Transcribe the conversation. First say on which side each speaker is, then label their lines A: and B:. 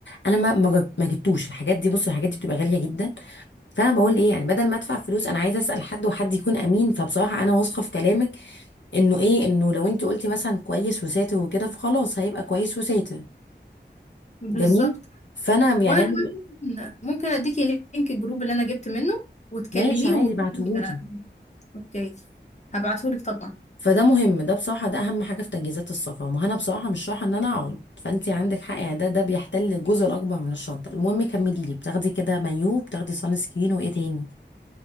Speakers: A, on the left; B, on the left.
A: انا ما ما جب- ما جبتوش الحاجات دي بصي الحاجات دي بتبقى غاليه جدا فانا بقول ايه يعني بدل ما ادفع فلوس انا عايزه اسال حد وحد يكون امين فبصراحه انا واثقه في كلامك انه ايه انه لو انت قلتي مثلا كويس وساتر وكده فخلاص هيبقى كويس وساتر
B: بالظبط
A: جميل فانا يعني
B: وانا كمان
A: انا
B: ممكن ممكن اديكي لينك الجروب اللي انا جبت منه وتكلميهم
A: ماشي عادي
B: وتجيبي-
A: بعتهولي
B: آه، اوكي هبعتهولك طبعا
A: فده مهم ده بصراحه ده اهم حاجه في تجهيزات السفر ما انا بصراحه مش رايحه ان انا اقعد فانت عندك حق يعني ده ده بيحتل الجزء الاكبر من الشنطه المهم كملي لي بتاخدي كده مايو بتاخدي سان سكرين وايه تاني